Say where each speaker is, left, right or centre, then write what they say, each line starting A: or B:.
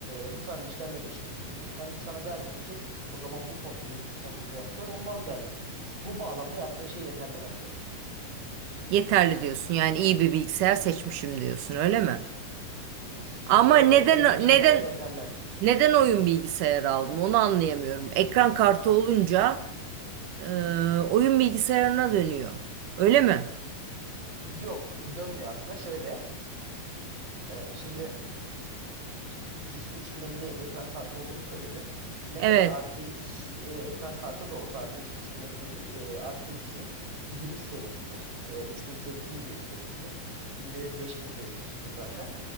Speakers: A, on the right; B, on the right.
A: e, bu tarz işlerle meşgulüm deseydim. Ben sana derdim ki o zaman bu konfigür konfigürasyon olmaz derdim. Bu bağlamda yaptığın şey yeterli bence.
B: Yeterli diyorsun. Yani iyi bir bilgisayar seçmişim diyorsun, öyle mi?
A: E, s-
B: Ama
A: Evet
B: neden
A: evet senin için
B: neden
A: gayet yeterli.
B: neden oyun bilgisayarı aldım onu anlayamıyorum. Ekran kartı olunca e, oyun bilgisayarına dönüyor. Öyle mi?
A: Yok dönmüyor aslında şöyle. e, şimdi 300, 3050 ekran kartı olduğunu söyledin. Ne
B: Evet.
A: kadar RTX e, ekran kartı da olsa RTX 3050 de- e, RTX'in giriş serisidir. E, 3000 serisinin giriş serisidir. Şimdi 5000 serisi çıktı zaten.